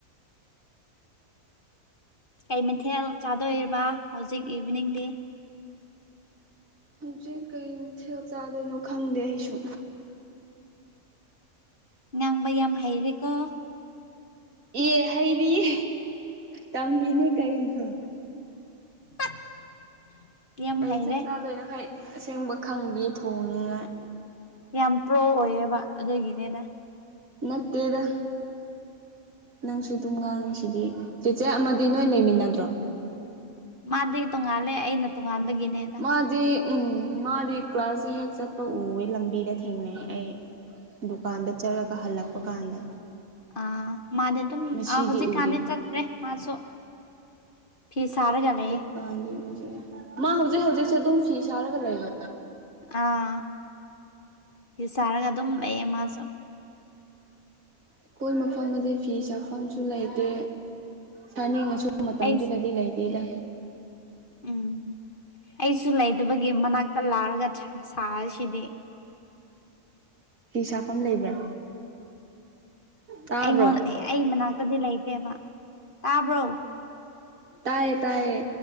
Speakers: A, on the left; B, on the right.
A: ꯀꯩ ꯃꯊꯦꯜ ꯆꯥꯗꯣꯔꯤꯕ ꯍꯧꯖꯤꯛ ꯏꯚꯤꯅꯤꯡꯗꯤ
B: ꯍꯧꯖꯤꯛ ꯀꯩꯝ ꯊ ꯆꯥꯗꯣꯏꯅꯣ ꯈꯪꯗꯦ ꯑꯩꯁꯨ
A: ꯉꯥꯡꯕ ꯌꯥꯝ ꯍꯩꯔꯦꯀꯣ
B: ꯑꯦ ꯍꯩꯗꯤꯌꯦ ꯇꯝꯃꯤꯅꯦ ꯀꯩꯅꯣ
A: <inaudible>
B: ꯀꯔꯤ
A: ꯍꯩꯔꯦ
B: ꯁꯛ ꯆꯥꯗꯣꯏꯅꯣ ꯍꯥꯏ ꯑꯁꯦꯡꯕ ꯈꯪꯒꯦ ꯊꯣꯡꯅꯤꯡꯉꯥꯏ
A: ꯌꯥꯝ ꯄ꯭ꯔꯣ ꯑꯣꯏꯌꯦꯕ ꯑꯗꯨꯒꯤꯅꯦꯅ
B: ꯅꯠꯇꯦꯗ ꯅꯪꯁꯨ ꯑꯗꯨꯝ ꯉꯥꯡꯉꯤꯁꯤꯗꯤ ꯆꯤꯆꯔ ꯑꯃꯗꯤ ꯅꯣꯏ ꯂꯩꯃꯤꯟꯅꯗ꯭ꯔꯣ
A: ꯃꯥꯗꯤ ꯇꯣꯉꯥꯜꯂꯦ ꯑꯩꯅ ꯇꯣꯉꯥꯟꯕꯒꯤꯅꯦꯗ
B: ꯃꯥꯗꯤ ꯎꯝ ꯃꯥꯗꯤ ꯀ꯭ꯂꯥꯁꯁꯦ ꯍꯦꯛ ꯆꯠꯄ ꯎꯋꯦ ꯂꯝꯕꯤꯗ ꯊꯦꯡꯅꯩ ꯑꯩ ꯗꯨꯀꯥꯟꯗ ꯆꯠꯂꯒ ꯍꯜꯂꯛꯄ ꯀꯥꯟꯗ
A: ꯑꯥ ꯃꯥꯗꯤ ꯑꯗꯨꯝ
B: ꯉꯁꯤꯗꯤ
A: ꯍꯧꯖꯤꯛꯀꯥꯟꯗꯤ
B: ꯎꯗꯦ
A: ꯆꯠꯇ꯭ꯔꯦ ꯃꯥꯁꯨ ꯐꯤ ꯁꯥꯔꯒ
B: ꯍꯧꯖꯤꯛꯀꯥꯟꯒꯤ
A: ꯂꯩꯌꯦ
B: ꯎꯖꯔꯤꯦ ꯃꯥ ꯍꯧꯖꯤꯛ ꯍꯧꯖꯤꯛꯁꯦ ꯑꯗꯨꯝ ꯐꯤ ꯁꯥꯔꯒ ꯂꯩꯕꯥ
A: ꯑꯥ ꯐ ꯁꯥꯔꯒ ꯑꯗꯨꯝ ꯂꯩꯌꯦ ꯃꯥꯁꯨ
B: ꯑꯩꯈꯣꯏ ꯃꯐꯝꯗꯗꯤ ꯐꯤ ꯆꯥꯐꯝꯁꯨ ꯂꯩꯇꯦ ꯆꯅꯤꯡꯉꯁꯨ ꯃꯇꯝꯗꯨꯗꯗꯤ
A: ꯑꯩꯁ
B: ꯂꯩꯗꯦꯗ
A: ꯎꯝ ꯑꯩꯁꯨ ꯂꯩꯇꯕꯒꯤ ꯃꯅꯥꯛꯇ ꯂꯥꯔꯒ ꯁꯥꯁꯤꯗꯤ <inaudible>
B: ꯐ ꯁꯥꯐꯝ ꯂꯩꯕ꯭ꯔꯥ ꯇꯥꯕ꯭ꯔꯣ
A: ꯑꯩꯉꯣꯟꯗ ꯑꯩ ꯃꯅꯥꯛꯇꯗꯤ ꯂꯩꯇꯦꯕ ꯇꯥꯕ꯭ꯔꯣ
B: ꯇꯥꯏꯌꯦ ꯇꯥꯏꯌꯦ